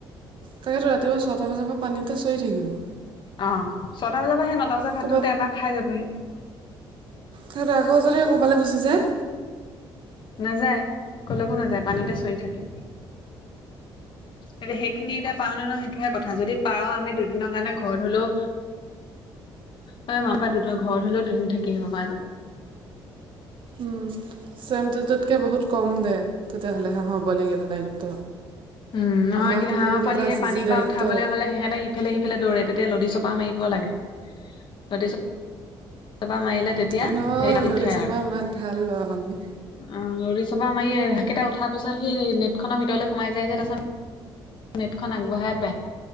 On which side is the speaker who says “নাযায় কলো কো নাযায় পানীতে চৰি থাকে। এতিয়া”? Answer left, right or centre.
Left